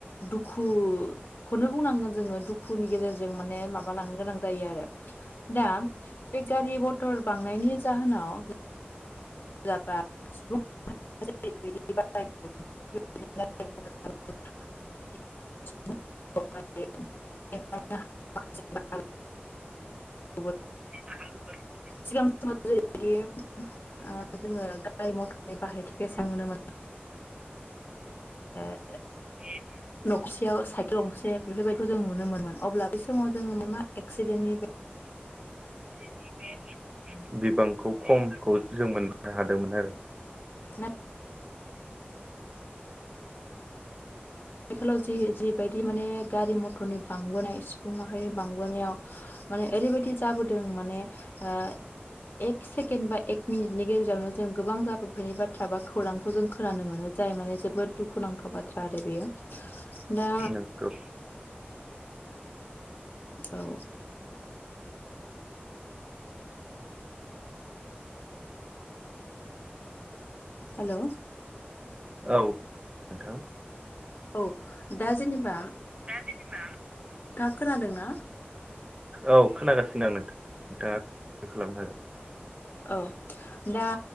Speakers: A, on the left (about 60°); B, on the right (about 25°).
A: दुखुखौनो बुंनांगोन जोङो दुखुनि गेजेरजों माने माबा लांनो गोनां जायो आरो दा बे गारि मथर बांनायनि जाहोनाव <unintelligible> <unintelligible> <unintelligible>
B: <inaudible>
A: सिगां समाव जेरैबायदि ओ जोङो गारि मथर बाहायथिगसिनो <unintelligible> <unintelligible>
B: <unintelligible>
A: नखरसेयाव साइ केल गंसे बेफोरबायदिखौ जों नुनो मोनोन अब्ला बे समाव जोङो मोन मा एक्सिडेन्टनिबो
B: <inaudible> बिबांखौ खमखौ जों मोननो हादोंमोन आरो।
A: ना आथिखालाव जि जिबायदि माने गारि मथरनि बांबोनाय सुबुंफ माहारिनि बांबोनायाव माने ओरैबायदि जाबोदों माने ओ एक सेकेनड बा एक मिनिटनि गेजेरावनो जों गोबां जाबोबायनि बाथ्रा बा खौरांखौ जों खोनानो मोनो जाय माने जोबोद दुखुनांथाव बाथ्रा आरो बेयो। दा
B: नंगौ
A: औ। हेलौ।
B: औ नोंथां।
A: औ दा जेनेबा
B: दा जेनेबा
A: खोनादों ना?
B: औ खोनागासिनो आं नोंथां <unintelligible> नोंथाङा खालामनो हागोन।
A: औ दा